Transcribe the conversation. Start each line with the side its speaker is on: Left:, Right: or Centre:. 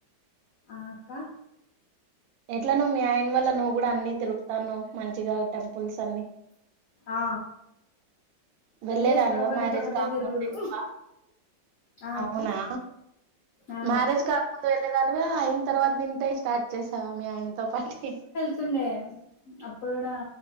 Left: ఆ అక్క
Right: ఎట్లా నువ్ మీ ఆయన వల్ల నువ్వు కూడా అన్ని తిరుగుతా ఉన్నావ్ మంచిగా టెంపుల్స్ అన్ని
Left: ఆ
Right: వెళ్లేదానివా
Left: పెళ్లి చేసుకోనప్పటి
Right: మ్యారేజ్
Left: నుంచి ఒకటే
Right: కాకముందు
Left: తిరుగుడు.
Right: ఎక్కువ
Left: ఆ
Right: అవునా
Left: అక్క ఆ
Right: మ్యారేజ్ కాకముందు వెళ్లేదానివా అయిన తర్వాత నుంచి స్టార్ట్ చేసావా మీ ఆయనతో పాటు
Left: వస్తుండే అప్పుడు కూడా